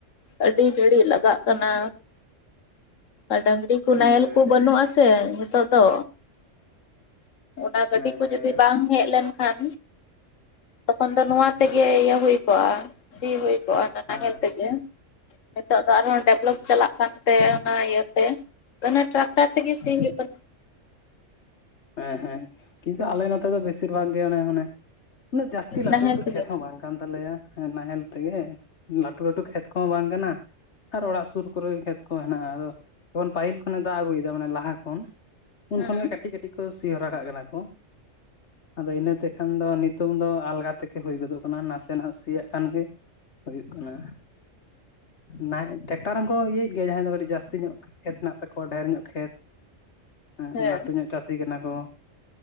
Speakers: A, on the left; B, on the left.
A: ᱟᱹᱰᱤ ᱜᱷᱟᱹᱲᱤᱡ ᱞᱟᱜᱟᱜ ᱠᱟᱱᱟ᱾ ᱟᱨ ᱰᱟᱝᱜᱽᱨᱤ ᱠᱚ
B: ᱦᱩᱸ
A: ᱱᱟᱦᱮᱞ ᱠᱚ ᱵᱟᱹᱱᱩᱜ ᱟᱥᱮ ᱱᱤᱛᱳᱜ ᱫᱚ᱾ ᱚᱱᱟ ᱜᱟᱹᱰᱤ
B: ᱦᱮᱸ
A: ᱠᱚ
B: ᱦᱮᱸ
A: ᱡᱩᱫᱤ ᱵᱟᱝ᱾ ᱦᱮᱡ ᱞᱮᱱᱠᱷᱟᱱ ᱛᱚᱠᱷᱚᱱ ᱫᱚ ᱱᱚᱣᱟ ᱛᱮᱜᱮ ᱤᱭᱟᱹ ᱦᱩᱭ ᱠᱚᱜᱼᱟ᱾ ᱥᱤ ᱦᱩᱭ ᱠᱚᱜᱼᱟ, ᱱᱟᱦᱮᱞ
B: ᱦᱮᱸ
A: ᱛᱮᱜᱮ᱾ ᱱᱤᱛᱚᱜ ᱫᱚ ᱟᱨᱦᱚᱸ ᱰᱮᱵᱷᱞᱚᱯ ᱪᱟᱞᱟᱜ ᱠᱟᱱᱛᱮ᱾ ᱚᱱᱟ ᱤᱭᱟᱹᱛᱮ ᱴᱨᱟᱠᱴᱟᱨ ᱛᱮᱜᱮ ᱥᱤ ᱦᱩᱭᱩᱜ ᱠᱟᱱᱟ᱾
B: ᱦᱮᱸ ᱦᱮᱸ ᱠᱤᱱᱛᱩ ᱟᱞᱮ ᱱᱚᱛᱮ ᱫᱚ ᱵᱮᱥᱤᱨ ᱵᱷᱟᱜᱽ ᱜᱮ ᱚᱱᱮ ᱚᱱᱮ᱾ ᱩᱱᱟᱹᱜ ᱡᱟᱹᱥᱛᱤ ᱞᱟᱹᱴᱩ
A: ᱱᱟᱦᱮᱞ
B: ᱞᱟᱹᱴᱩ
A: ᱛᱮᱜᱮ
B: ᱠᱷᱮᱛ ᱦᱚᱸ ᱵᱟᱝ ᱠᱟᱱ ᱛᱟᱞᱮᱭᱟ᱾ ᱦᱮ ᱱᱟᱦᱮᱞ ᱛᱮᱜᱮ ᱞᱟᱹᱴᱩ ᱞᱟᱹᱴᱩ ᱠᱷᱮᱛ ᱠᱚᱦᱚᱸ ᱵᱟᱝ ᱠᱟᱱᱟ᱾ ᱟᱨ ᱚᱲᱟᱜ ᱥᱩᱨ ᱠᱚᱨᱮ ᱠᱷᱮᱛ ᱠᱚ ᱦᱮᱱᱟᱜᱼᱟ, ᱟᱫᱚ ᱡᱮᱠᱷᱚᱱ ᱯᱟᱹᱦᱤᱞ ᱠᱷᱚᱱᱮ ᱫᱟᱜ ᱟᱹᱜᱩᱭᱮᱫᱟ ᱢᱟᱱᱮ ᱞᱟᱦᱟ ᱠᱷᱚᱱ᱾ ᱩᱱ
A: ᱦᱩᱸ
B: ᱠᱷᱚᱱ ᱜᱮ ᱠᱟᱹᱴᱤᱡ ᱠᱟᱹᱴᱤᱡ ᱠᱚ ᱥᱤ ᱦᱚᱨᱟ ᱠᱟᱜ ᱠᱟᱱᱟ ᱠᱚ ᱟᱫᱚ ᱤᱱᱟᱹᱛᱮ᱾ ᱠᱷᱟᱱ ᱫᱚ ᱱᱤᱛᱚᱜ ᱫᱚ ᱟᱞᱜᱟ ᱛᱮᱜᱮ ᱦᱩᱭ ᱜᱚᱫᱚᱜ ᱠᱟᱱᱟ, ᱱᱟᱥᱮ ᱱᱟᱥᱮ ᱱᱟᱜ ᱥᱤᱭᱟᱜ ᱠᱷᱟᱱ ᱜᱮ᱾ ᱦᱩᱭᱩᱜ ᱠᱟᱱᱟ, ᱱᱟᱦ ᱴᱮᱠᱴᱟᱨ ᱦᱚᱸᱠᱚ ᱤᱭᱟᱹᱭᱮᱫ ᱜᱮᱭᱟ᱾ ᱡᱟᱦᱟᱸᱭ ᱫᱚ ᱠᱟᱹᱴᱤᱡ ᱡᱟᱹᱥᱛᱤ ᱧᱚᱜ᱾ ᱠᱷᱮᱛ ᱦᱮᱱᱟᱜ ᱛᱟᱠᱚᱣᱟ ᱰᱷᱮᱨ ᱧᱚᱜ ᱠᱷᱮᱛ, ᱦᱚᱸ
A: ᱦᱮᱸ
B: ᱞᱟᱹᱴᱩ ᱧᱚᱜ᱾ ᱪᱟᱹᱥᱤ ᱠᱟᱱᱟ ᱠᱚ